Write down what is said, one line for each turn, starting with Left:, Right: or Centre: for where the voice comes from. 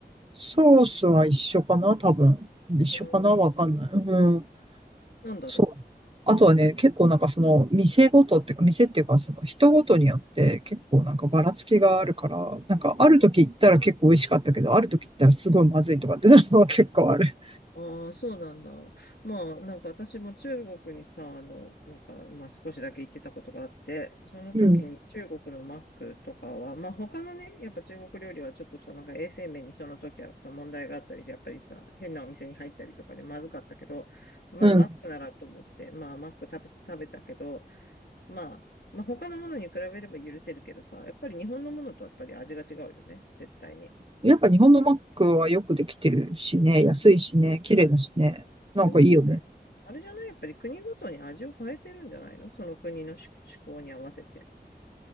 Right: ソースは一緒かな多分。一緒かなわかんない。
Left: うん。
Right: うん
Left: なんだろ
Right: そう。あとはね、
Left: う。な
Right: 結構なんかその店ごとっていうか、店っていうかその人ごとによって結構なんかばらつきがあるから、なんかある時行ったら結構美味しかったけど、ある時行ったらすごいまずいとかってなるのは結構ある。
Left: ああ、そうなんだ。まあ、なんか私も中国にさ、あの、なんか、まあ少しだけ行ってたことがあって、その時に中国のマックとかは、
Right: うん、
Left: まあ他のね、やっぱ中国料理はちょっとさ、なんか衛生面にその時はさ問題があったりで、やっぱりさ、変なお店に入ったりとかでまずかったけど、まあマックならと思って、
Right: うん。
Left: まあマック食べ、食べたけど、まあ、まあ他のものに比べれば許せるけどさ、やっぱり日本のものとやっぱり味が違うよね、絶対に。
Right: やっぱ日本のマックはよくできてるしね、安いしね、綺麗だしね、なんかいいよね。
Left: 違うんじゃないあれじゃないやっぱり国ごとに味を変えてるんじゃないのその国のし思考に合わせて。